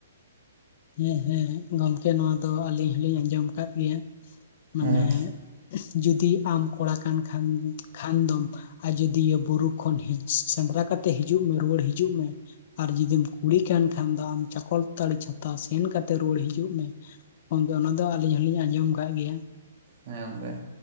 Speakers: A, on the left; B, on the right.
A: ᱦᱮᱸ ᱦᱮᱸ ᱜᱚᱝᱠᱮ ᱱᱚᱣᱟ ᱫᱚ ᱟᱹᱞᱤᱧ ᱦᱚᱞᱤᱧ ᱟᱸᱡᱚᱢ ᱟᱠᱟᱫ ᱜᱮᱭᱟ, ᱢᱟᱱᱮ
B: ᱦᱮᱸ
A: ᱤᱥ ᱡᱩᱫᱤ ᱟᱢ ᱠᱚᱲᱟ ᱠᱟᱱ ᱠᱷᱟᱱ ᱠᱷᱟᱱ ᱫᱚᱢ ᱡᱫᱤᱭᱟᱹᱭᱟᱹ ᱵᱩᱨᱩ ᱠᱷᱚᱱ ᱥᱮᱸᱫᱽᱨᱟ ᱠᱟᱛᱮᱫ ᱦᱤᱡᱩᱜ ᱢᱮ ᱨᱩᱣᱟᱹᱲ ᱦᱤᱡᱩᱜ ᱢᱮ, ᱟᱨ ᱡᱩᱫᱤᱢ ᱠᱩᱲᱤ ᱠᱟᱱ ᱠᱷᱟᱱ ᱫᱚ ᱟᱢ ᱪᱟᱠᱚᱞᱛᱟᱲᱤ ᱪᱷᱟ ᱛᱟ ᱥᱮᱱ ᱠᱟᱛᱮ ᱨᱩᱣᱟᱹᱲ ᱦᱤᱡᱩᱜ ᱢᱮ, ᱜᱚᱝᱠᱮ ᱚᱱᱟ ᱫᱚ ᱟᱹᱞᱤᱧ ᱦᱚᱞᱤᱧ ᱟᱸᱡᱚᱢ ᱠᱟᱜ ᱜᱮᱭᱟ᱾
B: ᱦᱮᱸ ᱜᱚᱢᱠᱮ᱾